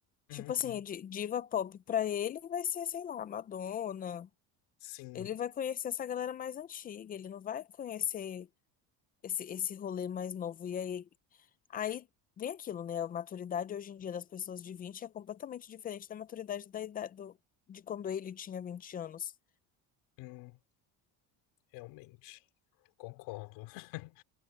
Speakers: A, on the left; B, on the left.
A: Uhum.
B: Tipo assim, di- diva pop pra ele vai ser, sei lá, Madonna.
A: Sim,
B: Ele vai conhecer essa galera mais antiga, ele não vai conhecer. esse, esse rolê mais novo. E aí, aí vem aquilo, né? A maturidade hoje em dia das pessoas de 20 é completamente diferente da maturidade da idade do, de quando ele tinha vinte anos.
A: Hum, realmente. Concordo. <laughs>